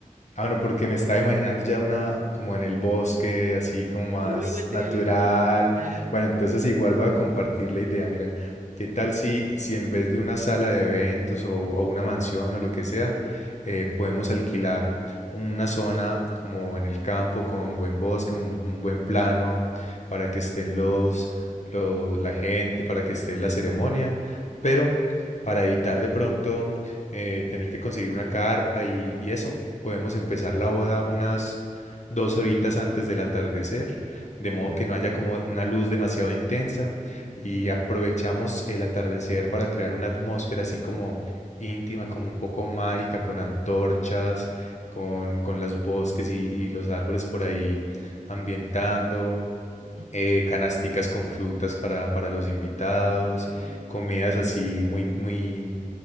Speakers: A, on the left; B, on the right.
A: Ah, bueno, porque me estaba imaginando ya una como en el bosque, así como más
B: Uy, igual
A: natural.
B: sería lindo. Ajá,
A: Bueno, entonces igual voy a compartir la idea. Mira, ¿qué tal si, si en vez de una sala de eventos o, o una mansión o lo que sea, eh, podemos alquilar una zona como en el campo con buen bosque, un, un buen plano, para que estén los, lo- la gente, para que esté la ceremonia, pero
B: ujú,
A: para evitar de pronto eh, tener que conseguir una carpa y, y eso. Podemos empezar la boda unas dos horitas antes del atardecer, de modo
B: mm,
A: que no haya como una luz demasiado intensa y aprovechamos el atardecer para crear una atmósfera así como íntima, como un poco mágica, con antorchas, con, con los bosques y, y los árboles por ahí ambientando,
B: ujú,
A: eh, canasticas con frutas para, para los invitados,
B: ah, qué lindo.
A: comidas así muy, muy